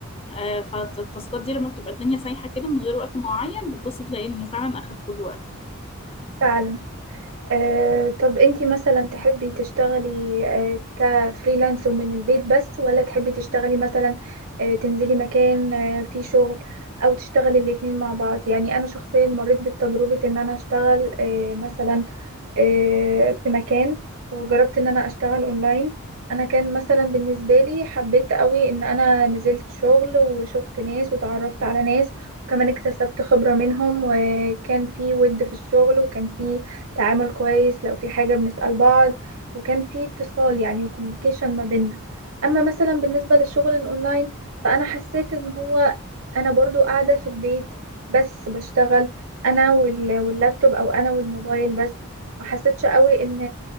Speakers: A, on the left (about 25°); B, on the right (about 65°).
A: آه، فالتاسكات دي لما بتبقى الدنيا سايحة كده من غير وقت معين بتبص تلاقي إن فعلا أخد كل وقت
B: فعلا آه، طب انتي مثلا تحبي تشتغلي آه، كفريلانس ومن البيت بس ولا تحبي تشتغلي مثلا آه، تنزلي مكان آه، فيه شغل او تشتغلي الاتنين مع بعض يعني انا شخصيا مريت بالتجربة ان انا اشتغل آه، مثلا آه، في مكان وجربت ان انا اشتغل اونلاين انا كان مثلا بالنسبة لي حبيت قوي ان انا نزلت شغل وشفت ناس وتعرفت على ناس وكمان اكتسبت خبرة منهم وكان في ود في الشغل وكان في تعامل كويس لو في حاجة بنسأل بعض وكان في اتصال يعني وكوميونيكيشن ما بيننا اما مثلا بالنسبة للشغل الاونلاين فانا حسيت ان هو انا برضو قاعدة في البيت بس بشتغل انا وال- واللابتوب او انا والموبايل بس ما حسيتش قوي ان